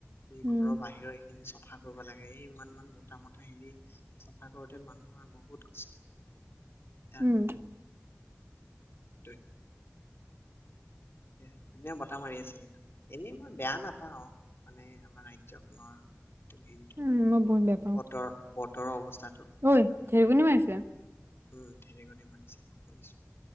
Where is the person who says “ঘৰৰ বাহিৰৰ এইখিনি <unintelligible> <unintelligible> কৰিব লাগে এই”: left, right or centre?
Left